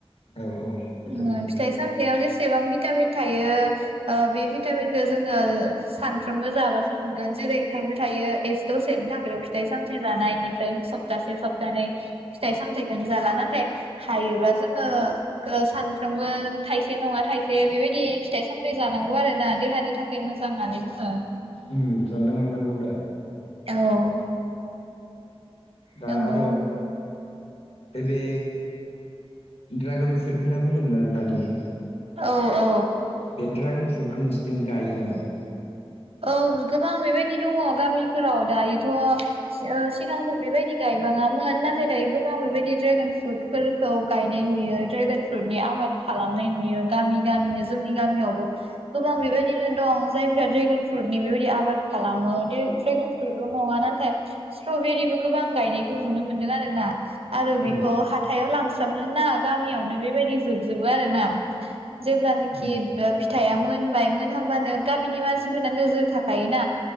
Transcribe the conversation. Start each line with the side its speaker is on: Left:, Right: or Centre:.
Left: औ औ बेथ'
Right: उम
Left: नंगौ
Right: फिथाइ
Left: र'
Right: सामथाययाव जेसेबां भि भिटामिन थायो ओ बे भिटामिनखो जोङो सानफ्रोमबो जाबासो मोनगोन जेरै खाय बो थायो एस दसेनि थाखैल फिथाइ सामथाय जानाय इनिफ्राय सप्तासे सप तानै फिथाइ सामथायाइखोनो जाला नाथाय हायोब्ला जोङो ओ सानफ्रोमबो थाइसे नङा थाइसे बेबायदि फिथाइ सामथाइ जानांगौ आरो ना देहानि थाखाय मोजां नानै बुङो
Left: उम जानो मोननांगौदा
Right: औ
Left: दा
Right: नंगौ
Left: आरो ऐ बे ड्रागन फ्रुइट ओनना बुंदोंमोन नों दानि
Right: औ औ।
Left: बे ड्रागन फ्रुटखौ नोंसोरनथिं गायो नामा?
Right: औ गोबां बेबायदि दङ गामिफोराव दायोथ' ओ सिगांथ बेबायदि गायबांङा ङामोन नाथाय दायो गोबां बेबायदि ड्रेगन फ्रुटफोरखौ गायनाय नुयो ड्रेगन फ्रुइटनि आबाद खालाम खालामनाय नुयो गामि गामिनो जोंनि गामियावबो गोबां बेबायदिनो दं जायफ्रा ड्रेगन फ्रुटनि बेबायाददि आबाद खालामो दे ड्रेगन फ्रुइटल नङा नाथाय स्ट्रबेरिबो गोबां गायनाय नुनो मोनदों आरोना आरो
Left: उम
Right: बेखौ हाथायाव लांस्राबनो ना गामियावनो बेबायदि जोबजोबो आ आरोना जेब्लानोखि
Left: उम
Right: फिथाइआ मोनबाय मोनहांबानो गामिनि मानसि फोरना नोजोर थाखायोना